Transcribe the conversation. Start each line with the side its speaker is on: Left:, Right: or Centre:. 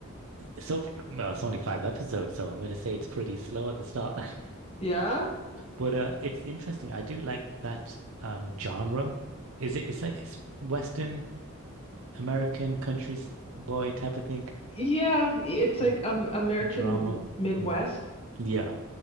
Right: so f- well, it's only five episodes, so I'm gonna say it's pretty slow at the start. <laughs>
Left: Yeah.
Right: But uh, it's interesting. I do like that um, genre. Is it? It's like it's Western American country boy type of thing.
Left: Yeah, it's like
Right: Mm.
Left: um American
Right: Drama.
Left: Midwest.
Right: Mm. Yeah,